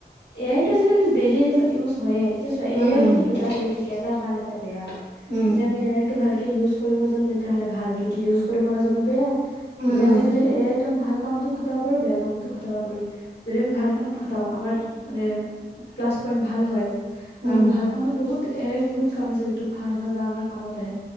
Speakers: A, on the left; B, on the right.
A: এ আইটো আজিকালি ডেইলি লাইফত ইউজ হয়য়ে এতিয়া চোৱা
B: উম,
A: এ আইৰোতো দুটা হেৰি থাকে এটা ভাল এটা বেয়া
B: উম,
A: যদি আমি এ আই টো ভাল কে ইউজ কৰিব জানো তেতিয়াহ'লে ভাল যদি ইউজ কৰিব নাজানো বেয়া
B: উম,
A: যদি
B: উম,
A: আমি যদি এক দম ভাল কামতো খতাব পাৰো বেয়া কামতো খটাব পাৰো যদি আমি ভাল কামত খটাও আমাৰ মানে প্লাছ পইন্ট ভাল হয়
B: উম,
A: কাৰণ ভাল কামত বহুত এ বহুত কাম আছে যিটো ভাল হয় বা আমাৰ কামত আহে